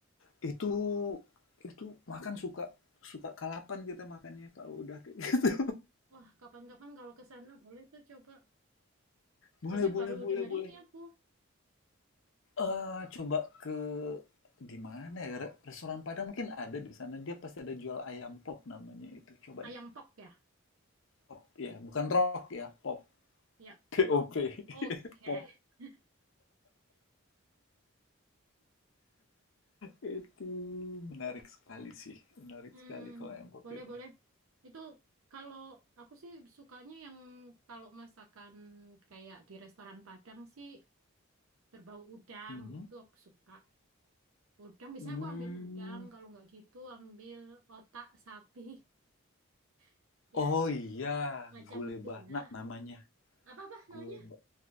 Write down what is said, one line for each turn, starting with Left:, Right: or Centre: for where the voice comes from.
Left: Itu itu makan suka suka kalapan kita makannya kalau udah kayak gitu.
Right: Wah, kapan-kapan kalau ke sana boleh tuh coba.
Left: Boleh
Right: Soalnya
Left: boleh
Right: baru
Left: boleh
Right: denger
Left: boleh.
Right: ini aku.
Left: Eee, coba ke di mana ya, re restoran Padang mungkin ada di sana, dia pasti ada jual ayam pop namanya itu, coba
Right: Ayam
Left: deh,
Right: pok ya?
Left: pop ya, bukan rock ya, pop,
Right: Ya,
Left: P-O-P,
Right: pok.
Left: <laughs>
Right: Oke.
Left: pop.
Right: <laughs>
Left: Itu menarik sekali sih, menarik
Right: Hmm,
Left: sekali kalau ayam pop
Right: boleh
Left: itu.
Right: boleh. Itu kalau aku sih sukanya yang kalau masakan kayak di restoran Padang sih berbau udang
Left: Mhm,
Right: tuh aku suka udang biasanya
Left: mmm,
Right: aku ambil udang kalau nggak gitu ambil otak sapi <laughs> ya
Left: oh iya,
Right: macam
Left: gulai
Right: itu
Left: banak
Right: ya
Left: namanya,
Right: apa apa namanya
Left: gulai ba